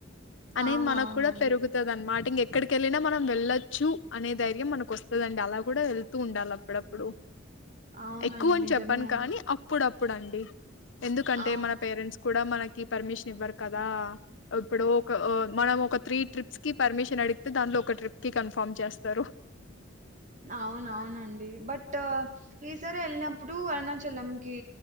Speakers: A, on the left; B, on the right.
A: అనేది
B: అవునవునండి
A: మనకు కూడా పెరుగుతాది అన్నమాట ఇంక ఎక్కడికెళ్లినా మనం వెళ్లొచ్చు అనే ధైర్యం మనకు వస్తదండి అలా కూడా వెళ్తూ ఉండాలి అప్పుడప్పుడు
B: అవునండి
A: ఎక్కువ అని
B: నిజమే
A: చెప్పను
B: అండి
A: కానీ అప్పుడుప్పు ఇప్పుడండి ఎందుకంటే
B: అవును
A: మన పేరెంట్స్ కూడా మనకి కి పర్మిషన్ ఇవ్వరు కదా ఇప్పుడు ఒక మనం ఒక త్రీ ట్రిప్స్ కి పర్మిషన్ అడిగితే దాంట్లో ఒక ట్రిప్ కి కన్ఫామ్ చేస్తారు
B: అవున అవునండి బట్ ఈసారి వెళ్ళినప్పుడు అరుణాచలం కి